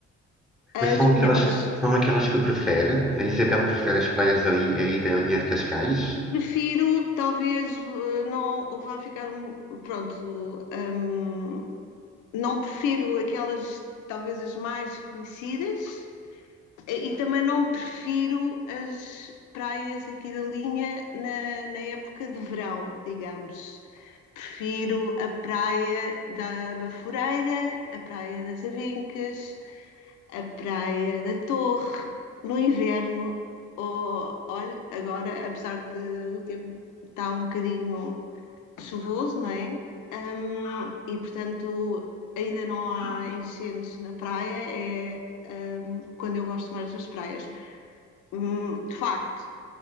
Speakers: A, on the left; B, in the centre.
A: as
B: Mas são
A: melhores.
B: aquelas, são aquelas que prefere? A Isabel prefere as praias ali aí da linha de Cascais?
A: Prefiro, talvez, eh, não vá ficar, um- pronto, hum, não prefiro aquelas, talvez as mais conhecidas, E, e também não prefiro as praias aqui da linha na, na época de verão, digamos. Prefiro a praia da Baforeira, a praia das Avencas, a praia da Torre, no inverno. Ou, olha, agora, apesar de o tempo estar um bocadinho chuvoso, não é? Hum, e portanto ainda não há incêndios na praia, é hum, quando eu gosto mais das praias. Hum, de facto,